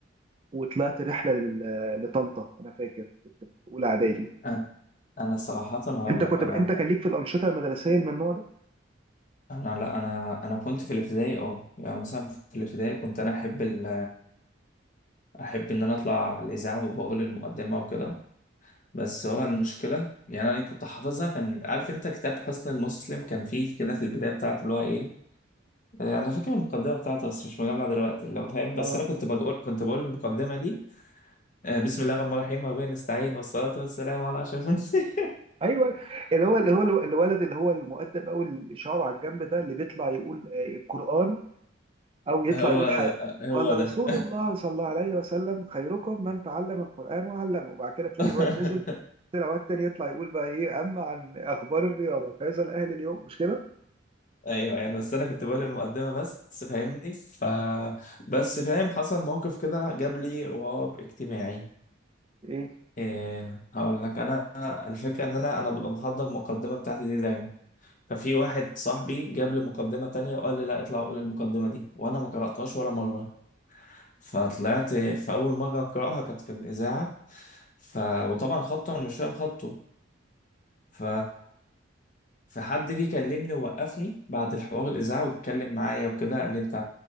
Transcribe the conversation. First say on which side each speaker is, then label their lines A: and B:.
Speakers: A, on the right (about 30°); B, on the left (about 40°).
A: وطلعت رحلة لل- لطنطا أنا فاكر كنت في أولى إعدادي
B: أنا أنا صراحة هقول
A: أنت
B: لك
A: كنت
B: أنا
A: ب... أنت كان ليك في الأنشطة المدرسية من النوع ده؟
B: أنا لا أنا أنا كنت في الابتدائي أه يعني مثلا في الابتدائي كنت أنا أحب ال أحب إن أنا أطلع الإذاعة وبقول المقدمة وكده بس هو المشكلة يعني أنا كنت حافظها كان عارف أنت كتاب حسن المسلم كان فيه كده في البداية بتاعته اللي هو إيه آه، أنا فاكر المقدمة بتاعته بس مش مجمع دلوقتي اللي هو فاهم بس
A: اه
B: أنا كنت بقول كنت بقول المقدمة دي آه، بسم الله الرحمن الرحيم وبه نستعين والصلاة والسلام على أشرف المرسلين
A: ايوه اللي هو اللي هو الولد اللي هو المؤدب او اللي شعره على الجنب ده اللي بيطلع يقول آه، القرآن أو
B: <laughs>
A: يطلع
B: هو
A: يقول حاجة
B: هو
A: قال
B: ده
A: رسول الله صلى الله عليه وسلم خيركم من تعلم القرآن وعلمه وبعد كده تلاقي
B: <laughs>
A: الواد نزل طلع واد تاني يطلع يقول بقى إيه أما عن أخبار الرياضة فهذا الأهل اليوم مش كده؟
B: ايوه يعني بس انا كنت بقول المقدمه بس فاهمني ف بس فاهم حصل موقف كده جاب لي غراب اجتماعي
A: إيه
B: إيه هقول لك انا الفكره ان انا انا ببقى محضر المقدمه بتاعتي دي دايما ففي واحد صاحبي جاب لي مقدمه تانية وقال لي لا اطلع قول المقدمه دي وانا ما قراتهاش ولا مره فطلعت في اول مره اقراها كانت في الاذاعه ف وطبعا خطه انا مش فاهم خطه ف فحد جه كلمني ووقفني بعد الحوار الاذاعه واتكلم معايا وكده قال لي انت